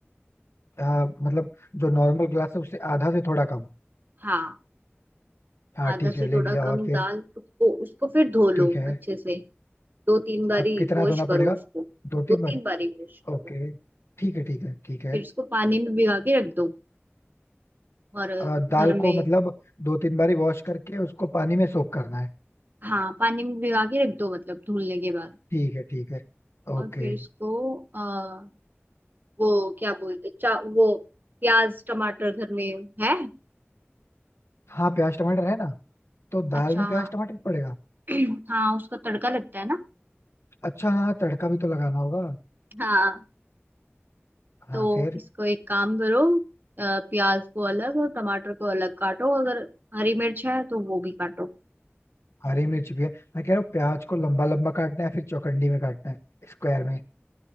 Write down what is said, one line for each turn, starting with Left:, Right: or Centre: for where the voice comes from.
Left: हाँ मतलब जो नॉर्मल ग्लास है उससे आधा से थोड़ा कम
Right: हाँ
Left: हाँ
Right: आधा
Left: ठीक
Right: से
Left: है ले
Right: थोड़ा
Left: लिया
Right: कम
Left: और फिर
Right: दाल उसको उसको फिर धो लो
Left: ठीक है
Right: अच्छे से दो तीन बारी
Left: अब कितना
Right: वॉश
Left: धोना
Right: करो
Left: पड़ेगा
Right: उसको
Left: दो तीन
Right: दो
Left: बारी
Right: तीन बारी वॉश करो
Left: ओके ठीक है ठीक है ठीक है
Right: फिर इसको पानी में भिगा के रख दो और
Left: अ, दाल
Right: घर में
Left: को मतलब दो तीन बारी वॉश करके उसको पानी में सोक करना है
Right: हाँ पानी में भिगा के रख दो मतलब धुलने के बाद
Left: ठीक है ठीक है ओके
Right: और फिर इसको आ, वो क्या बोलते चा वो प्याज टमाटर घर में है
Left: हाँ प्याज टमाटर है ना तो
Right: अच्छा
Left: दाल में
Right: हाँ
Left: प्याज टमाटर पड़ेगा
Right: <clears throat> हाँ उसका तड़का लगता है ना
Left: अच्छा हाँ तड़का भी तो लगाना होगा
Right: हाँ
Left: हाँ
Right: तो
Left: फिर
Right: इसको एक काम करो अ, प्याज को अलग और टमाटर को अलग काटो अगर हरी मिर्च है तो वो भी काटो
Left: हरी मिर्च भी है मैं कह रहा हूँ प्याज को लंबा लंबा काटना है फिर चौकंडी में काटना है स्क्वायर में